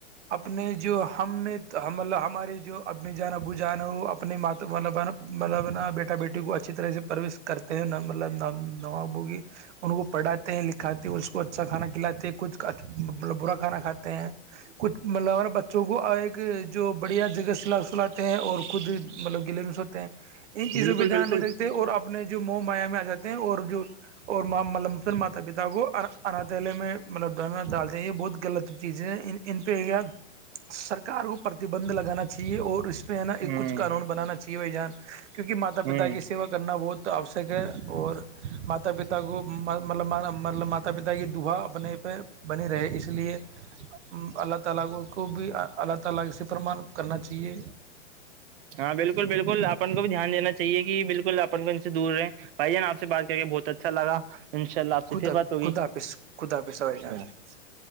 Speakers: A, on the right; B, on the right.
A: اپنے جو ہم نے ہملہ ہمارے جو ابنے جانا ب ب جان ہو اپنے م مطلب مطلبا بیٹا بیٹی کو اچھی طرح سے پروش کرتے ہیں ن مطلب نوابوں کی ان کو پڑھاتے ہیں لکھاتے ہیں اس کو اچھا کھانا کھلےتے ہیں خچود مطلب برا کھانا کھاتا کہ <unintelligible> کچھ مطلب ہمارا بچوں کو ایک جو بڑھیا جگہ س سلاتے ہیں اور خود مطلب گلے میں سو ہیں ان چیزوں
B: بالکل
A: پہ دھیان
B: بالکل
A: نہیں رکھتے اور اپنے جو مو مایا میں آ جاتے ہیں اور جو اور مللمثن ماتا پتا کو اناتیلے میں مطلب ڈالنا ڈالتے ہیں یہ بہت غلط چیزیں ان پہ سرکار کو پرتبند لگانا چ چاہیے اور اس پہ ہے نا ایک
B: ہوں
A: کچھ قانون بنانا چاہیے بھائی جان کیونکہ ماتا
B: ہوں
A: پتا کی سیوا کرنا بہت آوشک ہے اور ماتا پتا کو مطلب مطلب مات ماتاپتا کی دہا اپنے پہ بنی رہے اس لیے اللہ طلاق ان کو بھی اللہ تعالی اسی فرمان کرنا چاہیے
B: ہاں بالکل بالکل اپن کو بھی دھیان دین چاہیے کہ بالکل اپن کو ان سے دور رہے بھائی جان آپ سے بات کر کے بہت اچھا لگا ان شاء اللہ آپ سے
A: خدا
B: پھر بات ہوگی
A: خدا حافظ خدا حافظ بھائی جان
B: جی <unintelligible>